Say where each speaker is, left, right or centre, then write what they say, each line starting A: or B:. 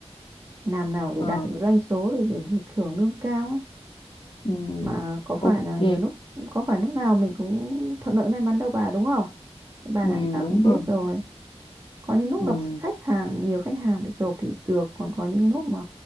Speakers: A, on the right; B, on the left.
A: làm nào để
B: Ờ.
A: đạt được doanh số để để được thưởng lương cao ấy
B: Ừ.
A: mà có phải
B: ok
A: là nhiều lúc có phải lúc nào mình cũng thuận lợi may mắn đâu bà đúng không bà
B: ừ.
A: làm bà
B: đúng
A: cũng biết
B: rồi
A: rồi có những lúc
B: ừ.
A: gặp khách hàng nhiều khách hàng thì sộp thì được còn có những lúc mà